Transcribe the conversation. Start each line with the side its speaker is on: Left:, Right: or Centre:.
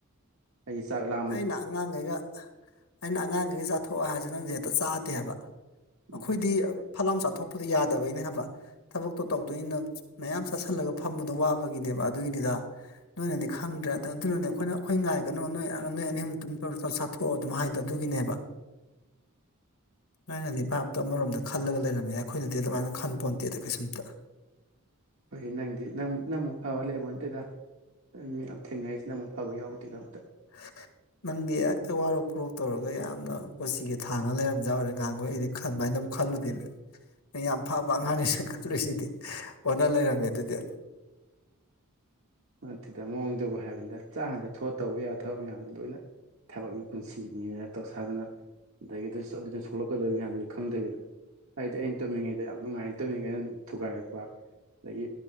Right: ꯑꯩꯒꯤ ꯆꯥꯛ ꯂꯥꯡ
Left: ꯑꯩꯅ ꯑꯉꯥꯡꯈꯩꯒ ꯑꯩꯅ ꯑꯉꯥꯡꯈꯩꯒ ꯆꯥꯊꯣꯛꯑꯣ ꯍꯥꯏꯔꯁꯨ ꯅꯪꯗꯤ ꯍꯦꯛꯇ ꯆꯥꯗꯦꯕ
Right: ꯎꯝ
Left: ꯑꯩꯈꯣꯏꯗꯤ ꯐꯠ ꯂꯥꯎ ꯆꯥꯊꯣꯛꯄꯗꯣ ꯌꯥꯗꯕꯩꯅ ꯍꯥꯏꯕ ꯊꯕꯛꯇꯣ ꯇꯧꯗꯣꯏꯅ ꯃꯌꯥꯝ ꯆꯥꯁꯤꯜꯂꯒ ꯐꯝꯕꯗ ꯋꯥꯕꯒꯤꯅꯦꯕ ꯑꯗꯨꯒꯤꯅꯤꯗ ꯅꯣꯏꯅꯗꯤ ꯈꯪꯗ꯭ꯔꯦ ꯑꯗ ꯑꯗꯨꯅꯅꯦ ꯑꯩꯈꯣꯏꯅ ꯑꯩꯈꯣꯏ ꯉꯥꯏꯒꯅꯣ ꯅꯣꯏ ꯅꯣꯏ ꯑꯅꯤ ꯇꯨꯝ ꯆꯥꯊꯣꯛꯑꯣ ꯑꯗꯨꯝ ꯍꯥꯏꯗꯣ ꯑꯗꯨꯒꯤꯅꯦꯕ ꯅꯣꯢꯅꯗꯤ ꯚꯥꯞꯇꯣ ꯑꯃꯔꯣꯝꯗ ꯈꯜꯂꯒ ꯂꯩꯔꯝꯃꯦ ꯑꯩꯈꯣꯏꯅꯗꯤ ꯑꯗꯨꯃꯥꯏꯅ ꯈꯟ ꯄꯣꯟꯇꯦꯗ ꯀꯩꯁꯨꯝꯇ
Right: ꯍꯣꯏꯅꯦ ꯅꯪꯗꯤ ꯅꯪꯃꯨꯛ ꯐꯕ ꯂꯩꯕꯣꯟ ꯅꯠꯇꯦꯗ ꯃꯤ ꯌꯥꯝ ꯊꯦꯡꯅꯔꯤꯁꯤꯗ ꯅꯪꯃꯨꯛ ꯐꯕ ꯌꯥꯎꯗꯦꯗ ꯑꯝꯇ
Left: ꯍ <inaudible> ꯅꯪꯗꯤ ꯑꯦꯛꯇ ꯋꯥꯔꯣꯛ ꯄꯨꯣꯔꯣꯛ ꯇꯧꯔꯒ ꯌꯥꯝꯅ ꯀꯣꯆꯤꯒ ꯊꯥꯡꯉ ꯂꯩꯔꯝꯖ ꯑꯣꯏꯔꯦ ꯉꯍꯥꯡꯈꯣ ꯑꯩꯗꯤ ꯈꯟꯃꯥꯏꯅꯕꯨ ꯈꯜꯂꯨꯗꯦꯅꯦ ꯌꯥꯝ ꯐꯕ ꯑꯉꯥꯡꯅꯤ ꯁ ꯈꯜꯂꯨꯁꯤꯗꯤ ꯑꯣꯟꯅ ꯂꯩꯔꯝꯃꯦ ꯑꯗꯨꯗꯤ
Right: ꯑꯗꯨꯠꯇꯗ ꯃꯑꯣꯡꯗꯨꯕꯨ ꯍꯥꯏꯕꯅꯤꯅ ꯆꯥꯛ ꯍꯥꯟꯗ ꯊꯣꯑ ꯇꯧꯕ ꯌꯥꯕ ꯊꯕꯛ ꯃꯌꯥꯝꯗꯣ ꯂꯣꯏꯅ ꯊꯕꯛꯅꯤ ꯄꯨꯟꯁꯤꯅꯤꯅ ꯇꯧꯁꯥꯗꯨꯅ ꯑꯗꯒꯤ ꯑꯗꯨꯅ ꯁꯣꯛꯂꯛꯀꯗꯣꯏ ꯃꯌꯥꯝꯗꯨ ꯈꯪꯗꯕꯤꯗ ꯍꯥꯏꯗꯤ ꯑꯩꯅ ꯇꯣꯃꯤꯉꯩꯗ ꯌꯥꯝ ꯅꯨꯡꯉꯥꯏ ꯇꯣꯃꯤꯉꯩꯩꯅ ꯊꯨꯒꯥꯏꯔꯛꯄ ꯑꯗꯒꯤ